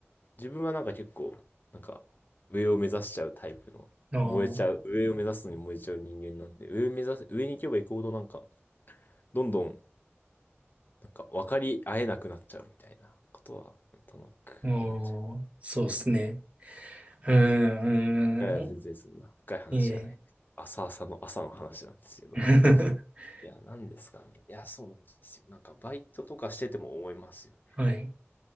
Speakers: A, on the left; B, on the right.
A: 自分はなんか結構、なんか、上を目指しちゃうタイプの、
B: おー、
A: 燃えちゃう、上を目指すのに燃えちゃう人間なんで、上を目指す、上に行けば行くほどなんか、どんどん、なんか分かり合えなくなっちゃうみたいなことは、なんとなく思っちゃうね。
B: おー、そうですね。うーん、
A: いやいや、全然そんな深い話じゃない。
B: いいね。
A: 朝朝の朝の話なんですけど。
B: <laughs>
A: いや、なんですかね。いや、そうなんですよ。なんか、バイトとかしてても思いますよね。
B: はい、